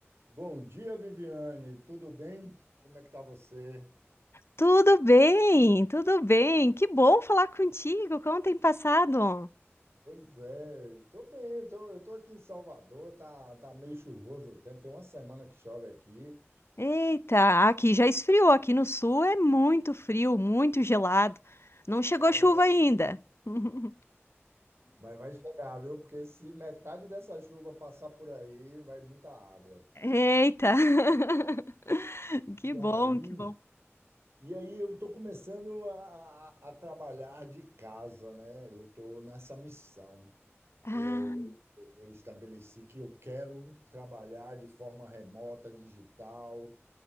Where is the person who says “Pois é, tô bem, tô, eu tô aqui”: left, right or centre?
Right